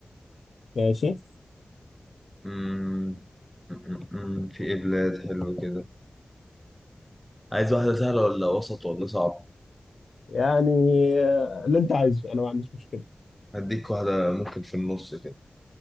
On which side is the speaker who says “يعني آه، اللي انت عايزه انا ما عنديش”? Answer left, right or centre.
Left